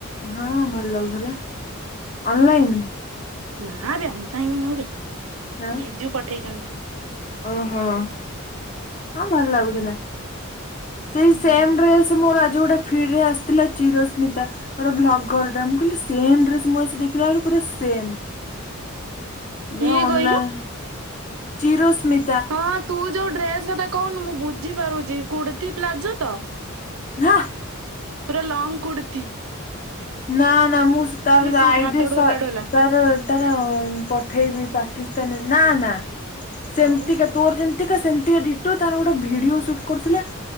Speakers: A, on the left (about 35°); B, on the right (about 80°).
A: ହଁ ଭଲ ଲାଗୁଥିଲା ଅନଲାଇନ?
B: ନାବେ ଅନଲାଇନ ନୁହଁ ବେ
A: ଆଉ।
B: ଜିଜୁ ପଠେଇଛନ୍ତି।
A: ଓହୋ ହଁ ଭଲ ଲାଗୁଥିଲା। ସେଇ
B: ହୁଁ
A: ସେମ ଡ୍ରେସ ମୋର ଆଜି ଗୋଟେ ଫିଡ ରେ ଆସିଥିଲା ଚିରସ୍ମିତା। ଗୋଟେ ବ୍ଲଗର ଟା ମୁଁ କହିଲି ସେମ ଡ୍ରେସ ମୁଁ ଆସି ଦେଖିଲା ବେଳୁ ପୁରା ସେମ୍।
B: କିଏ
A: ଏ ଅନଲାଇନ
B: କହିଲୁ
A: ଚିରୋ ସ୍ମି?
B: ହଁ ତୁ ଯୋଉ ଡ୍ରେସ କଥା କହୁନୁ ମୁଁ ବୁଝିପାରୁଛି, କୁର୍ତ୍ତିୀ ପ୍ଲାଜୋ ତ?
A: ହଁ।
B: ପୁରା ଲଙ୍ଗ କୁର୍ତ୍ତୀ।
A: ନା ନା ମୁଁ ତାର ରାଇଡି
B: ସୁଟ ହାତ
A: ସ
B: ଢୋଲା ଢୋଲା
A: ତାର ତାର ପଠେଇବି ପାକିସ୍ତାନୀ ନା ନା ସେମିତିକା
B: ଆଉ
A: ତୋର ଯେମିତି ତିକା ସେମିତିକା ଡିଟୋ ତାର ଗୋଟେ ଭିଡିଓ ସୁଟ୍ କରୁଥିଲା